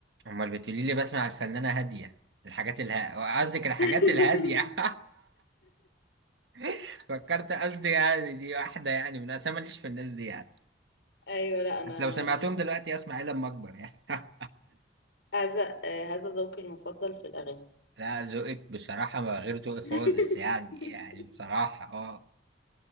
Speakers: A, on the right (about 70°); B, on the left (about 65°).
A: امال بتقولي لي بسمع الفنانه هاديه الحاجات الها قصدك الحاجات
B: <laughs>
A: الهاديه <laughs> فكرت قصدي يعني دي واحده يعني من انا ماليش في الناس دي يعني
B: ايوه لا انا
A: بس لو سمعتهم دلوقتي اسمع ايه لما اكبر يعني <laughs>
B: هذا آه، هذا ذوقي المفضل في الاغاني
A: لا ذوقك بصراحة ما غير ذوقي خالص
B: <laughs>
A: يعني يعني بصراحة اه